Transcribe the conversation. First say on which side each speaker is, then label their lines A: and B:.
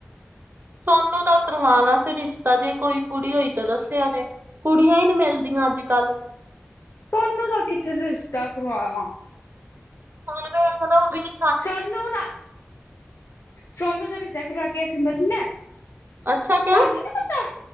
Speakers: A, on the right; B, on the left.
A: ਸੋਨੂੰ ਤਾਂ ਕਰਵਾਣਾ ਸੀ ਰਿਸ਼ਤਾ, ਜੇ ਕੋਈ ਕੁੜੀ ਹੋਈ ਤਾਂ ਦੱਸਿਆ ਜੇ। ਕੁੜੀਆਂ ਹੀ ਨਹੀਂ ਮਿਲਦੀਆਂ ਅੱਜ ਕੱਲ੍ਹ।
B: ਸੋਨੂੰ ਦਾ ਕਿੱਥੇ ਰਿਸ਼ਤਾ ਕਰਵਾ।
A: ਹੁਣ ਮੈਂ <unintelligible>
B: ਸੋਨੂੰ ਨਾ, ਸੋਨੂੰ ਦਾ ਰਿਸ਼ਤਾ ਕਰਵਾ ਕੇ ਅਸੀਂ ਮਰਨੈ।
A: ਅੱਛਾ ਕਿਉਂ
B: ਤੈਨੂੰ ਨੀ ਪਤਾ।